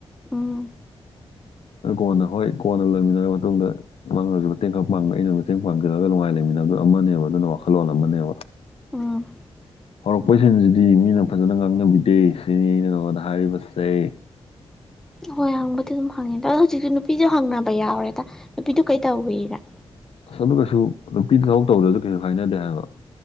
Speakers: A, in the centre; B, on the left.
A: ꯎꯝ
B: ꯀꯣꯟꯅ ꯍꯣꯏ ꯀꯣꯟꯅ ꯂꯩꯃꯤꯟꯅꯔꯕ ꯃꯇꯨꯡꯗ ꯅꯪꯅꯁꯨ ꯃꯇꯦꯡꯈ ꯄꯥꯡꯕ ꯑꯩꯅ ꯃꯇꯦꯡ ꯄꯥꯡꯖꯔꯒ ꯅꯨꯡꯉꯥꯏ ꯂꯩꯃꯤꯟꯅꯕꯗꯨꯅ ꯑꯃꯅꯦꯕ ꯑꯗꯨꯅ ꯋꯥꯈꯜꯂꯣꯟ ꯑꯃꯅꯦꯕ
A: ꯎꯝ
B: ꯍꯧꯔꯛꯄꯩ ꯁꯤꯟꯁꯤꯗꯤ ꯃꯤꯅ ꯐꯖꯅ ꯉꯥꯡꯅꯕꯤꯗꯦ ꯁꯤꯅꯤ ꯑꯩꯅ ꯅꯉꯣꯟꯗ ꯍꯥꯏꯔꯤꯕꯁꯦ
A: ꯍꯣꯏ ꯍꯪꯕꯗꯤ ꯑꯗꯨꯝ ꯍꯪꯉꯤꯗ ꯑꯗꯣ ꯍꯧꯖꯤꯛꯁꯨ ꯅꯨꯄꯤꯁꯨ ꯍꯪꯅꯕ ꯌꯥꯎꯔꯦꯗ ꯅꯨꯄꯤꯗꯨ ꯀꯩꯗꯧꯋꯤ ꯀꯥꯏ
B: ꯑꯁ ꯑꯗꯨ ꯀꯩꯁꯨ ꯅꯨꯄꯤꯗ ꯊꯕꯛ ꯇꯧꯗꯔꯁꯨ ꯀꯩꯁꯨ ꯍꯥꯏꯅꯗꯦ ꯍꯥꯏꯕ